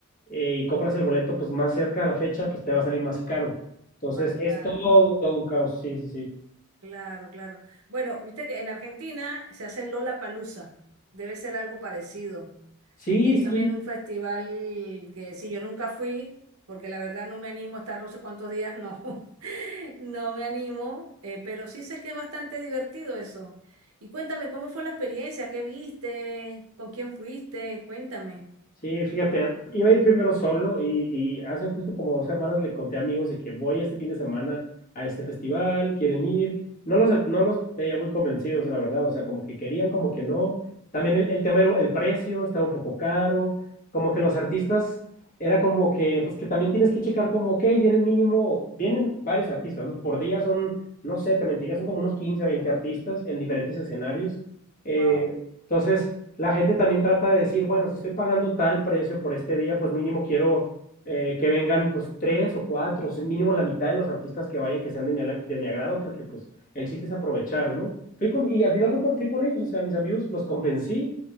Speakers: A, on the left; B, on the right.
A: eh, y compras el boleto, pues más cerca a la fecha, pues te va a salir más caro. Entonces,
B: Más
A: es
B: caro,
A: todo, todo un caos, sí, sí, sí.
B: claro, claro. Bueno, viste que en Argentina se hace el Lollapalooza, debe ser algo parecido.
A: Sí,
B: que es
A: sí,
B: también un festival que sí, yo nunca fui, porque la verdad no me animo a estar no sé cuántos días, no, <laughs> no me animo, eh, pero sí sé que es bastante divertido eso. Y cuéntame, ¿cómo fue la experiencia? ¿Qué viste? ¿Con quién fuiste? Cuéntame.
A: Sí, fíjate, iba a ir primero solo y, y hace justo como dos semanas le conté a amigos de que voy este fin de semana a este festival, quieren ir. No los, no los veía muy convencidos, la verdad, o sea, como que querían, como que no. También el, el tema era el precio, estaba un poco caro, como que los artistas era como que, pues que también tienes que checar como, ok, vienen mínimo, vienen varios artistas, ¿no? Por día son, no sé, te mentiría, son como unos 15, 20 artistas en diferentes escenarios. Eh,
B: Wow.
A: entonces la gente también trata de decir, bueno, si estoy pagando tal precio por este día, pues mínimo quiero eh, que vengan pues tres o cuatro, o sea, mínimo la mitad de los artistas que vayan que sean de mi, ala- de mi agrado, porque pues el chiste es aprovechar, ¿no? Fui con, y al final fue con- fui con ellos, o sea, mis amigos los convencí,